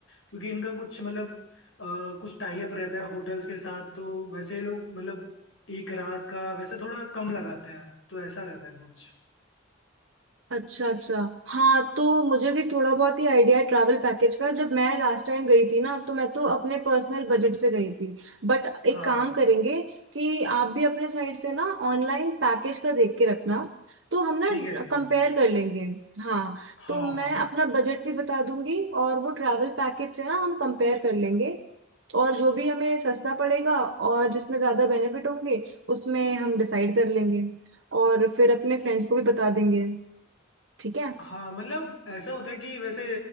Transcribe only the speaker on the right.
अच्छा अच्छा हाँ तो मुझे भी थोड़ा बहुत ही आइडिया है ट्रैवल पैकेज का जब मैं लास्ट टाइम गई थी ना तो मैं तो अपने पर्सनल बजट से गई थी बट एक
काम करेंगे कि आप भी अपने साइड से ना ऑनलाइन पैकेज का देख के रखना तो हम
ना
कंपेयर
कर लेंगे हाँ
तो मैं
अपना बजट भी बता दूंगी और वो ट्रैवल पैकेज से ना हम कंपेयर कर लेंगे और जो भी हमें सस्ता पड़ेगा और जिसमें ज्यादा बेनिफिट होंगे उसमें हम डिसाइड कर लेंगे और फिर अपने फ्रेंड्स को भी बता देंगे ठीक है